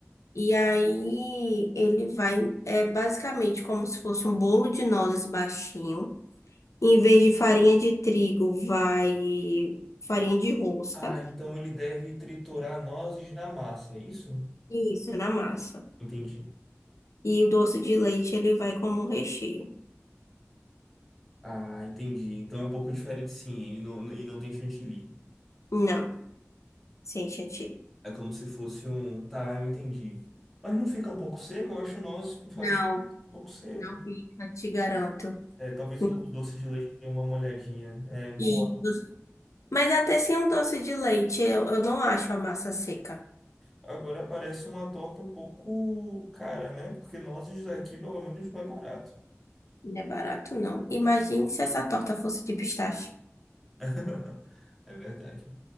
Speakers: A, on the left; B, in the centre.
A: E aí ele vai, é basicamente como se fosse um bolo de nozes baixinho. Em vez de farinha de trigo, vai farinha de rosca.
B: Ah, então ele deve triturar nozes na massa, é isso?
A: Isso, na massa.
B: Entendi.
A: E o doce de leite ele vai como um recheio.
B: Ah, entendi. Então é um pouco diferente, sim. Ele não, e não tem chantilly.
A: Não, sem chantilly.
B: É como se fosse um. Tá, eu entendi. Mas não fica um pouco seco? Eu acho o nozes com farinha
A: Não,
B: um pouco seco.
A: não fica, te garanto.
B: É, talvez
A: Uhum.
B: o o doce de leite dê uma molhadinha. É, boa.
A: E, doce- mas até sem um doce de leite, eu, eu não acho a massa seca.
B: Agora parece uma torta um pouco cara, né? Porque nozes aqui pelo menos, não é barato.
A: Não é barato, não. Imagine se essa torta fosse de pistache.
B: <laughs> É verdade.